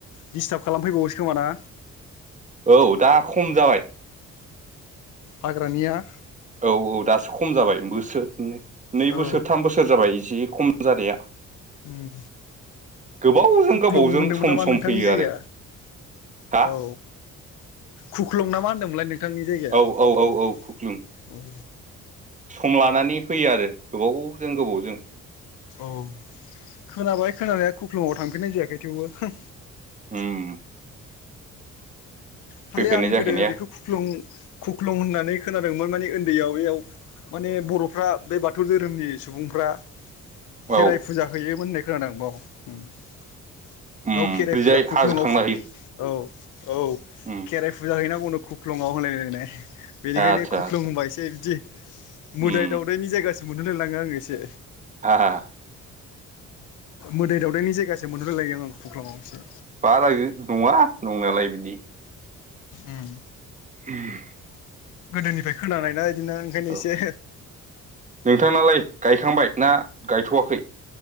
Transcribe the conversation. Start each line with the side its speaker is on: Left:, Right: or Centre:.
Left: दिसथाब खालामफैबावोसो खोमाना
Right: औ दा खम जाबाय
Left: हाग्रानिया
Right: औ-औ दासो खम जाबाय बोसोरनै-नै
Left: औ
Right: बोसोर थाम बोसोर जाबाय जि खम जानाया।
Left: उम
Right: गोबावजों
Left: खुख्लं
Right: गोबावजों
Left: होनदोंमोन
Right: सम
Left: नामा
Right: सम
Left: नोंथांनि
Right: फैयो
Left: जायगाया?
Right: आरो हा
Left: औ। खुख्लं ना मा होनदोंमोनलाय नोंथांनि जायगाया?
Right: औ औ औ खुख्लुं सम लानानै फैयो आरो गोबावजों-गोबावजों।
Left: औ खोनाबाय खोनानाया खुख्लुङाव थांफेरनाय जायाखै थेवबो हम।
Right: उम-उम।
Left: खालि
Right: फैफेरनाय
Left: आं
Right: जाहैनाया
Left: गोदो बेखौ खुख्लं-खुख्लं होननानै खोनादोंमोन माने उन्दैयाव बैयाव। माने बर'फ्रा बे बाथौ धोरोमनि सुबुंफ्रा खेराइ
Right: औ
Left: फुजा हैयोमोन होननाय खोनादों बाव। बेयाव
Right: उम
Left: खेराइ
Right: ओरैजाय
Left: फुजा खुख्लुङआव
Right: हाजो थांना होयो
Left: औ-औ
Right: उम
Left: खेराइ फुजा हैनांगौनो खुख्लंआव होनलायलायनाय। बेनिखायनो
Right: आदसा
Left: खुख्लं
Right: आदसा
Left: होनबा एसे बिदि
Right: उम
Left: मोदाय-दावदायनि जायगासो मोनहरलायलाङो आङो एसे।
Right: हा-हा।
Left: मोदाइ-दावदायनि जायगासो मोनहरलायलाङो आं खुख्लाङाव एसे।
Right: बारा नङा नंनायालाय बिदि।
Left: उम।
Right: उम।
Left: गोदोनिफ्राय खोनानायना बिदिनो ओंखायनो
Right: औ
Left: एसे।
Right: नोंथांनालाय गायखांबाय ना गायथ'वाखै?